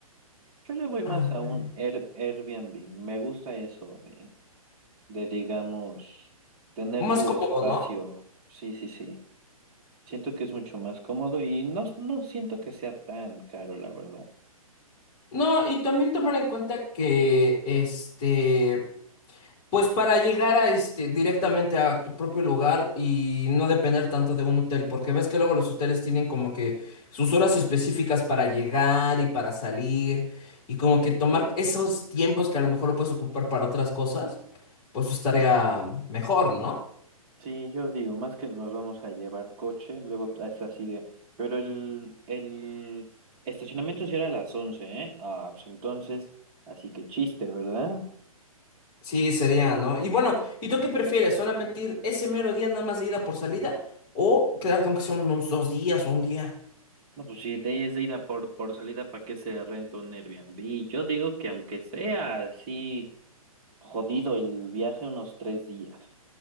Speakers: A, on the right; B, on the left.
A: Yo le voy
B: A
A: más a
B: ver,
A: un Air- Airbnb. Me gusta eso de, de, digamos, tener
B: Más
A: tu
B: cómodo,
A: espacio.
B: ¿no?
A: Sí, sí, sí. Siento que es mucho más cómodo y no, no siento que sea tan caro, la verdad.
B: No, y también tomar en cuenta que este. Pues para llegar a este directamente a tu propio lugar y no depender tanto de un hotel, porque ves que luego los hoteles tienen como que sus horas específicas para llegar y para salir y como que tomar esos tiempos que a lo mejor lo puedes ocupar para otras cosas, pues estaría mejor, ¿no?
A: Sí, yo digo, más que nos vamos a llevar coche, luego es así de, pero el, el estacionamiento sí era a las 11, ¿eh? Ah, pues entonces, así que chiste, ¿verdad?
B: Sí, sería, ¿no? Y bueno, ¿y tú qué prefieres? ¿Solamente ir ese mero día nada más de ida por salida o quedarte aunque son unos dos días o un día?
A: No, pues si de- es de ida por, por salida, ¿para qué se renta un Airbnb? Yo digo que aunque sea así jodido el viaje unos tres días,